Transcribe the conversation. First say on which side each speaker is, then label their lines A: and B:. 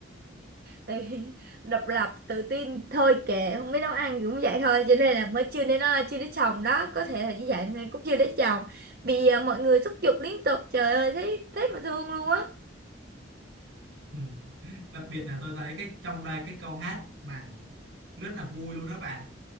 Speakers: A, on the right (about 50°); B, on the right (about 80°).
A: Ê, độc lập tự tin thôi kệ không biết nấu ăn thì cũng vậy thôi cho nên là mới chưa đến ờ, chưa đến chồng đó có thể là như vậy nên cũng chưa đến chồng vì ờ, mọi người thúc giục liên tục trời ơi thấy thấy mà thương luôn á
B: ừ. đặc biệt là tôi thấy cái trong đây cái câu hát mà rất là vui luôn đó bạn